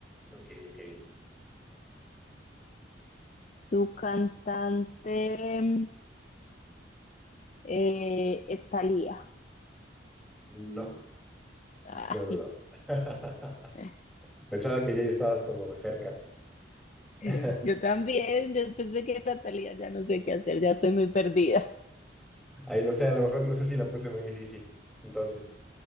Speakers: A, in the centre; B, on the left (about 40°).
A: Ok, ok.
B: Tu cantante mm, eh, es Thalía.
A: No,
B: <laughs>
A: no, no, no. <laughs>
B: Ay.
A: Pensaba que ya estabas como cerca. <laughs>
B: <laughs> Yo también, después de que Natalia ya no sé qué hacer, ya estoy muy perdida.
A: Ahí no sé, a lo mejor no sé si la puse muy difícil. Entonces,